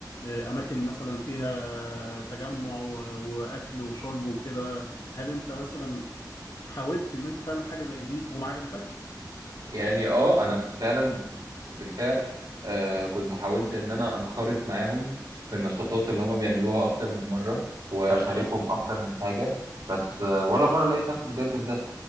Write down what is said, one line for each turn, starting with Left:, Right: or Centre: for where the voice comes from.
Left: آه، اماكن مثلا فيها تجمع و- واكل وشرب وكده هل انت مثلا حاولت ان انت تعمل حاجه زي دي وما عجبتكش
Right: يعني اه انا فعلا بالفعل آه كنت حاولت ان انا انخرط معاهم في النشاطات اللي هما بيعملوها اكتر من مره واشاركهم اكتر من حاجه بس آه ولا مره لقيت نفسي بجد في